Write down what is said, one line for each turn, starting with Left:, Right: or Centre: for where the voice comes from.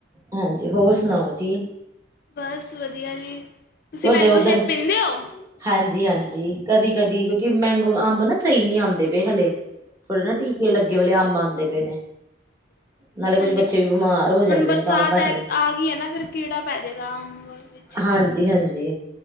Right: ਹਾਂਜੀ ਹੋਰ ਸੁਣਾਓ ਜੀ?
Left: ਬਸ ਵਧੀਆ ਜੀ। ਤੁਸੀਂ
Right: ਤੁਹਾਡੇ
Left: ਮੈਂਗੋ
Right: ਉੱਧਰ
Left: ਸ਼ੇਕ ਪੀਂਦੇ ਹੋ?
Right: ਹਾਂਜੀ ਹਾਂਜੀ ਕਦੀ ਕਦੀ ਕਿਉਂਕਿ ਮੈਂਗੋ ਅੰਬ ਨਾ। ਸਹੀ ਨਹੀਂ ਆਉਂਦੇ ਪਏ ਹਲੇ ਥੋੜੇ ਨਾ ਟੀਕੇ ਲੱਗੇ ਵਾਲੇ ਅੰਬ ਆਉਂਦੇ ਪਏ ਨੇ।
Left: ਠੀਕ ਹੈ।
Right: ਨਾਲੇ ਕੁੱਝ
Left: ਹਾਂਜੀ
Right: ਬੱਚੇ
Left: ਹੁਣ
Right: ਵੀ ਬਿਮਾਰ ਹੋ ਜਾਂਦੇ
Left: ਬਰਸਾਤ
Right: ਨੇ ਤਾਂ ਘੱਟ
Left: ਆ ਗਈ ਹੈ ਨਾ ਫੇਰ ਕੀੜਾ ਪੈ ਜਾਏਗਾ ਅੰਬ ਵਿੱਚ।
Right: ਹਾਂਜੀ, ਹਾਂਜੀ